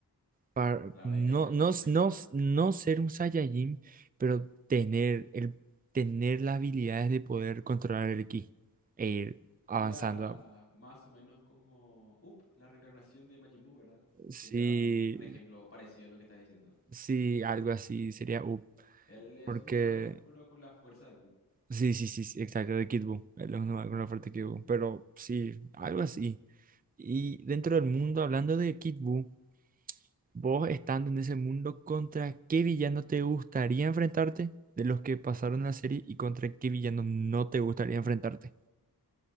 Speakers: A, on the right (about 25°); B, on the left (about 40°).
A: para,
B: Claro,
A: no,
B: ahí cambia
A: no,
B: tu perspectiva.
A: no, no ser un Saiyajin, pero tener, el, tener las habilidades de poder controlar el ki e ir avanzando.
B: Sería más o menos como, up, la reencarnación de Majin Buu, ¿verdad?
A: Sí,
B: Sería un, un ejemplo parecido a lo que estás diciendo.
A: sí, algo así sería up,
B: Él es
A: porque
B: un humano, pero con la fuerza de Buu.
A: sí, sí, sí, sí, exacto, de Kid Buu, es lo con la oferta de Kid Buu, pero sí, algo así. Y dentro del mundo, hablando de Kid Buu, Vos estando en ese mundo, ¿contra qué villano te gustaría enfrentarte de los que pasaron la serie y contra qué villano no te gustaría enfrentarte?